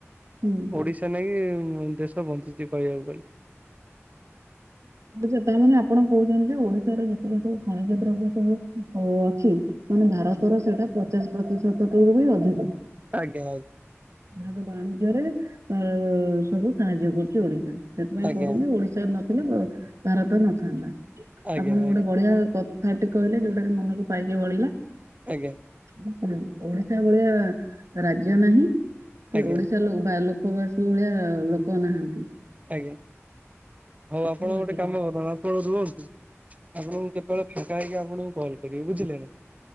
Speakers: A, on the right (about 80°); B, on the right (about 30°).
A: ହୁଁ
B: ଓଡିଶା ଶା ନାଗି ଦେଶ ବଞ୍ଚିଛି, କହିବାକୁ ଗଲେ।
A: ବୁଝୁଚ ତାମାନେ ଆପଣ କହୁଛନ୍ତି ଯେ ଓଡିଶାର ଯେତିକି ସବୁ ଖଣିଜ ଦ୍ରବ୍ୟ ସବୁ ଅ ଅଛି, ମାନେ ଭାରତର ସେଇଟା ପଚାଶ ପ୍ରତିଶତଠୁ ବି ଅଧିକ।
B: ଆଜ୍ଞା, ଆଜ୍ଞା।
A: ତାର ବାଣିଜ୍ୟରେ ଅ ସବୁ ସାହାଯ୍ୟ କରୁଛି ଓଡିଶା। ସେଥିପାଇଁ
B: ଆଜ୍ଞା।
A: କହୁଛନ୍ତି ଓଡିଶ ଡ଼ିଶା ନଥିଲେ ଭାରତ ନଥାନ୍ତା।
B: ଆଜ୍ଞା
A: ଆପଣଙ୍କୁ
B: ଆଜ୍ଞା
A: ଗୋଟେ ବଢିଆ କଥାଟି କହିଲେ, ଯୋଉଟାକି ମନକୁ ପାଇକି ବଳିଲା।
B: ଆଜ୍ଞା
A: ଓ ହୁଁ। ଓଡିଶା ଭଳିଆ ରାଜ୍ୟ ନାହିଁ କି
B: ଆଜ୍ଞା।
A: ଓଡିଶା ଲୋକ୍ ବା ଲୋକବାସୀ ଭଳିଆ ଲୋକ ନାହାଁନ୍ତି।
B: ଆଜ୍ଞା ହଉ ଆପଣ
A: ଆଜ୍ଞା
B: ଗୋଟେ କାମ କରନ୍ତୁ ଆପଣ ରୁହନ୍ତୁ, ଆପଣଙ୍କୁ କେତେବେଳେ ଫାଙ୍କା ହେଇକି ଆପଣଙ୍କୁ କଲ୍ କରିବି, ବୁଝିଲେ ନା।